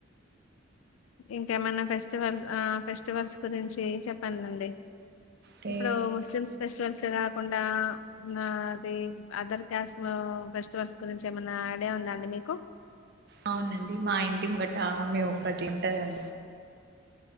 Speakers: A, on the left; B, on the right.
A: ఇంకేమన్నా ఫెస్టివల్స్ ఆ ఫెస్టివల్స్ గురించి చెప్పండండి
B: తే
A: ఇప్పుడు ముస్లిమ్స్ ఫెస్టివల్స్ కాకుండా నా అది అదర్ కాస్ట్ ఫెస్టివల్స్ గురించి ఏమైనా ఐడియా ఉందా అండి మీకు
B: అవునండి మా ఇంటి ముంగటా ఆమె ఒక్కటి తింటదండి